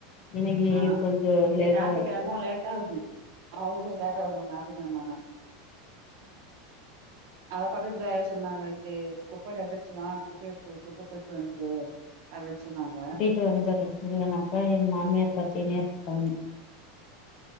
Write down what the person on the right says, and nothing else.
ஆ
இன்னிக்கி
ஞாத்திக்கிழம
லேட்ட ஆகுது அவங்களு லேட்டா வருவாங்க ஞாத்திக்கிழமனா அத பக்கத்து வீட்டுல சொன்னாங்க வச்சு குப்பை வண்டி வந்துச்சும்மா குப்பை கு <unintelligible> போட்டு வந்துரு அப்டின்னு சொன்னாங்க